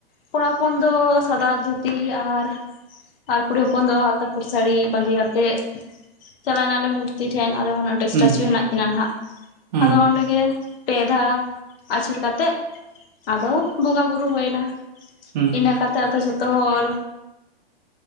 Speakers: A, on the left (about 65°); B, on the right (about 45°).
A: ᱠᱚᱲᱟ ᱦᱚᱯᱚᱱ ᱫᱚ ᱥᱟᱫᱟ ᱫᱷᱩᱛᱤ ᱟᱨ ᱟᱨ ᱠᱩᱲᱤ ᱦᱚᱯᱚᱱ ᱫᱚ ᱟᱞᱛᱟ ᱯᱳᱲ ᱥᱟᱹᱲᱤ ᱵᱟᱸᱫᱮ ᱠᱟᱛᱮᱜ ᱪᱟᱞᱟᱣᱱᱟᱞᱮ ᱢᱩᱨᱛᱤ ᱴᱷᱮᱱ᱾ ᱟᱞᱮ ᱦᱚᱸ ᱱᱟᱰᱮ
B: ᱦᱩᱸ
A: ᱥᱴᱟᱪᱩ ᱦᱮᱱᱟᱜ ᱠᱤᱱᱟ ᱦᱟᱸᱜ
B: ᱦᱩᱸ
A: ᱟᱫᱚ ᱚᱸᱰᱮ ᱜᱮ ᱯᱮ ᱫᱷᱟᱣ ᱟᱹᱪᱩᱨ ᱠᱟᱛᱮᱜ ᱟᱫᱚ ᱵᱚᱸᱜᱟ ᱵᱩᱨᱩ ᱦᱩᱭᱱᱟ᱾
B: ᱦᱩᱸ
A: ᱤᱱᱟᱹ ᱠᱟᱛᱮᱜ ᱟᱫᱚ ᱡᱷᱚᱛᱚ ᱦᱚᱲ